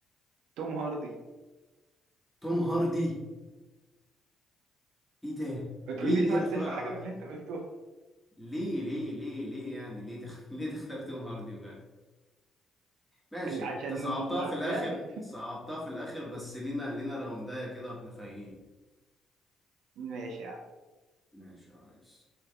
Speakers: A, on the right; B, in the centre.
A: توم هاردي
B: توم هاردي ايه ده
A: ما تقوليش
B: ليه ليه
A: مثل
B: اتفرج
A: في
B: على
A: حاجه من اللي انت قلته <laughs>
B: ليه ليه ليه ليه يعني ليه تخ... <laughs> ليه تختار توم هاردي بجد ماشي
A: عشان
B: انت صعبتها في الاخر
A: جامد
B: صعبتها في الاخر بس لينا لينا راوندايه كده واحنا فايقين
A: ماشي يا عم
B: ماشي يا ريس